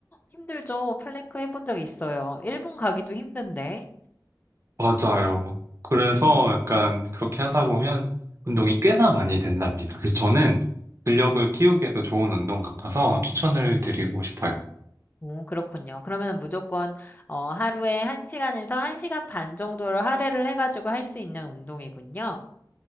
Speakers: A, on the left (about 25°); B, on the right (about 40°).
A: 힘들죠. 플랭크 해본 적 있어요. 1분 가기도 힘든데.
B: 맞아요. 그래서
A: 음.
B: 약간 그렇게 하다 보면 운동이 꽤나 많이 된답니다. 그래서 저는 근력을 키우기에도 좋은 운동 같아서 추천을 드리고 싶어요.
A: 오 그렇군요. 그러면은 무조건 어 하루에 1 시간에서 1 시간 반 정도를 할애를 해 가지고 할 수 있는 운동이군요.